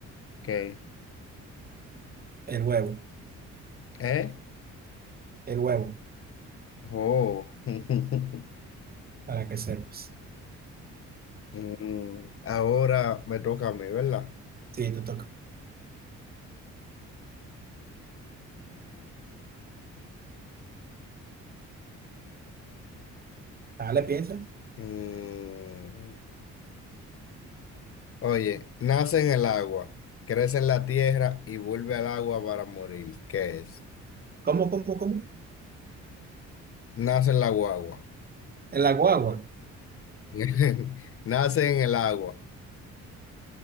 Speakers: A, on the left (about 50°); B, on the right (about 30°).
A: ¿Qué?
B: el huevo,
A: ¿Eh?
B: el huevo,
A: Oh. <laughs>
B: para que sepas.
A: Mm, Ahora me toca a mí, ¿verdad?
B: Sí, te toca. Dale, piensa.
A: Mm, Oye, nace en el agua, crece en la tierra y vuelve al agua para morir. ¿Qué es?
B: ¿Cómo, cómo, cómo?
A: Nace en la guagua.
B: En la guagua.
A: <laughs> Nace en el agua.